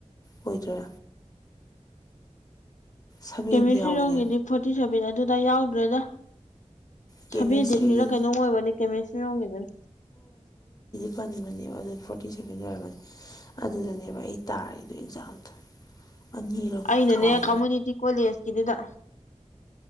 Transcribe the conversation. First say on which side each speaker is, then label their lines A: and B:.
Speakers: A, on the left (about 30°); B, on the left (about 85°).
A: ꯑꯣꯏꯗ꯭ꯔꯥ ꯁꯚꯦꯟꯗꯤ
B: ꯀꯦꯃꯤꯁꯇ꯭ꯔꯤꯔꯣꯝꯒꯤꯗꯤ
A: ꯌꯥꯎꯕꯅꯦ
B: ꯐꯣꯔꯇꯤ ꯁꯦꯚꯦꯟ ꯑꯗꯨꯗꯥ ꯌꯥꯎꯗ꯭ꯔꯦꯗ
A: ꯀꯦꯃꯦꯁꯇ꯭ꯔꯤꯒꯤ
B: ꯊꯕꯤꯦꯗꯤ ꯐꯤꯔ ꯀꯩꯅꯅꯨꯡ ꯑꯣꯏꯕꯅꯤ ꯀꯦꯃꯦꯁꯇꯔꯤꯔꯣꯡꯒꯤꯕ
A: ꯄꯅꯤꯕꯅꯤꯕ ꯐꯣꯔꯇꯤ ꯁꯚꯦꯟ ꯂ ꯑꯣꯏꯔꯝꯃꯅꯤ ꯑꯗꯨꯗꯅꯦꯕ ꯑꯩ ꯇꯥꯔꯤꯗꯣ ꯑꯦꯛꯖꯥꯝꯗꯣ ꯑꯅꯤꯔꯛ
B: ꯑꯩꯅꯅꯦ
A: ꯊꯥꯎ
B: ꯀꯝꯃꯨꯅꯤꯇꯤ ꯀꯣꯂꯦꯖꯀꯤꯗꯨꯗ